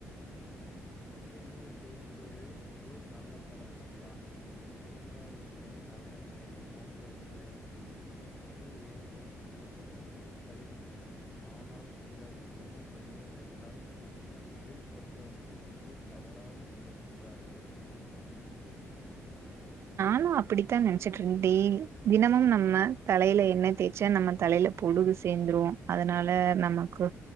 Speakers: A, on the left; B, on the right.
A: எண்ணெய் தேய்ப்பது மிகவும் நல்ல பழக்கம்தான் தேங்காய் எண்ணெய் நல்லெண்ணெய் போன்றவற்றை முடி வேர்களுக்கு ஊட்டச்சத்து தருகின்றன ஆனால் சிலர் தினமும் எண்ணெய் வைத்தால் முடி கொட்டும் என்று தவறாக நினைக்கின்றார்கள்
B: நானு அப்படித்தான் நினைச்சட்டு இருந்தேன் தினமும் நம்ம தலையில எண்ணெய் தேய்ச்சா நம்ம தலையில பொடுகு சேர்ந்துரும் அதனால நமக்கு